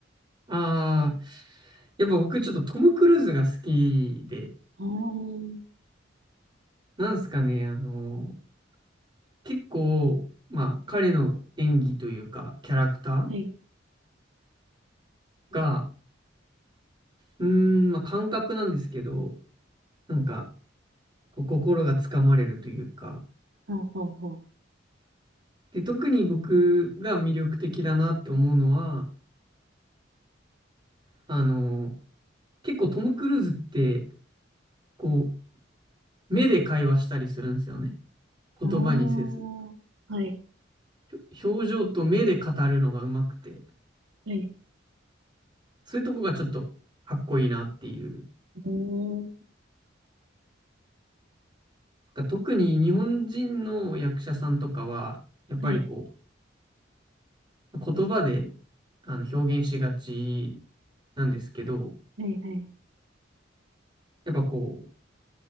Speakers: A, on the right (about 25°); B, on the right (about 75°).
A: ああ、やっぱ僕ちょっとトム・クルーズが好きで、
B: ああ、は
A: なんすかね、あの、結構、まあ彼の演技というか、キャラクター
B: い。
A: が、うーん、まあ感覚なんですけど、なんか、こう心がつかまれるというか、
B: はあ、はあ、は
A: で、特に僕が魅力的だなって思うのは、あの、結構トム・クルーズって、こう、目で会話したりするんですよね。言葉にせず。
B: あ。ああ、はい、
A: ひょ表情と目で語るのがうまくて、
B: はい。
A: そういうとこがちょっとかっこいいなっていう。
B: うーん、
A: なんか特に日本人の役者さんとかは、やっぱりこ
B: はい、
A: う、言葉であの表現しがちなんですけど、
B: はい、はい。
A: やっぱこ